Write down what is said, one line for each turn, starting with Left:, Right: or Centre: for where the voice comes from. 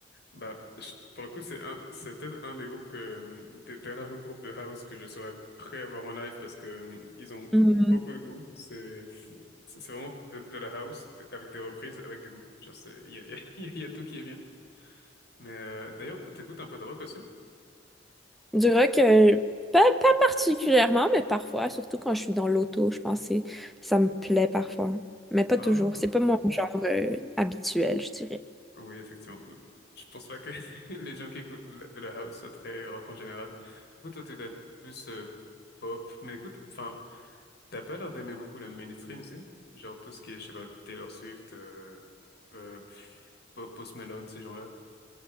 Left: Bah, je- pour le coup, c'est un, c'est peut-être un des groupes que, euh, des, des rares groupes de house que je serais prêt à voir en live parce que, euh, ils ont
Centre: mhm.
Left: beaucoup de goût. C'est, c'est c'est vraiment de, de la house de- avec des reprises, avec du goût Genre, c'est, il y a, <laughs> il y a- il y a tout qui est bien. Mais, euh, d'ailleurs, t'écoutes un peu de rock aussi?
Centre: Du rock, euh, pas, pas particulièrement, mais parfois, surtout quand je suis dans l'auto, je pense que c'est- ça me plaît parfois. Mais pas
Left: Ah,
Centre: toujours. C'est pas mon genre, euh, habituel, je dirais.
Left: oui, effectivement. Je pense pas que <laughs> les gens qui écoutent de la de la house soient très rock en général. Écoute, toi, tu dois être plus, euh, pop. Mais écoute, enfin, T'as pas l'air d'aimer beaucoup le mainstream, si? Genre tout ce qui est, je sais pas, Taylor Swift, euh, euh, pff, Po- Post Malone, ces gens-là.